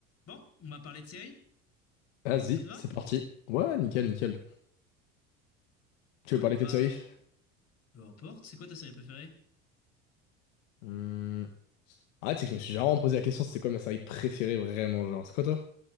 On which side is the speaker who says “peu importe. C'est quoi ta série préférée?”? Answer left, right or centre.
Left